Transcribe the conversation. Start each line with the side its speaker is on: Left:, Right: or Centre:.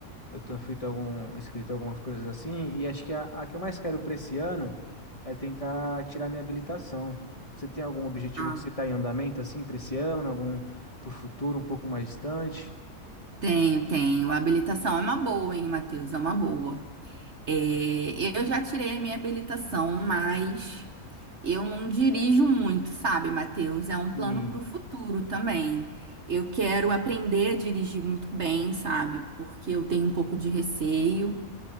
Left: eu tenho feito algum escrito algumas coisas assim e acho que a, a que eu mais quero para esse ano é tentar tirar minha habilitação. Você tem algum objetivo
Right: Ah,
Left: que você está em andamento assim para esse ano, algum pro futuro um pouco mais distante?
Right: tenho, tenho. A habilitação é uma boa, hein, Matheus? É uma boa. É, eu já tirei a minha habilitação, mas eu não dirijo muito, sabe, Matheus? É um
Left: Sim.
Right: plano para o futuro também. Eu quero aprender a dirigir muito bem, sabe? Porque eu tenho um pouco de receio.